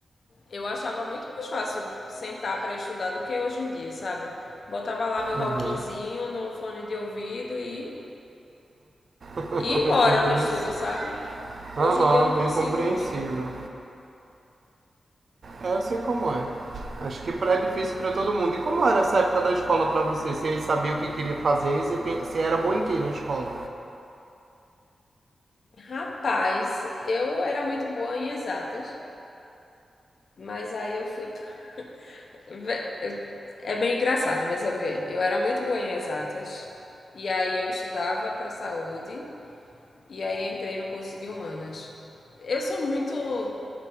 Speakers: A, on the left (about 55°); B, on the right (about 55°).
A: eu achava muito mais fácil sentar para estudar do que hoje em dia, sabe? Botava lá meu rockinzinho
B: Uhum.
A: no fone de ouvido e,
B: <laughs>
A: e ia embora
B: Compreensi...
A: no estudo, sabe? Hoje
B: Aham,
A: em dia eu não
B: bem
A: consigo
B: compreensível.
A: muito.
B: É, eu sei como é. Acho que pré é difícil pra todo mundo. E como era essa época da escola pra você? Você sabia o que queria fazer? e Você, pen- você era boa em quê na escola?
A: Rapaz, eu era muito boa em exatas, mas aí eu fui <laughs> Vé- É bem engraçado, mas eu ver, eu era muito boa em exatas e aí eu estudava para saúde e aí entrei no curso de humanas. Eu sou muito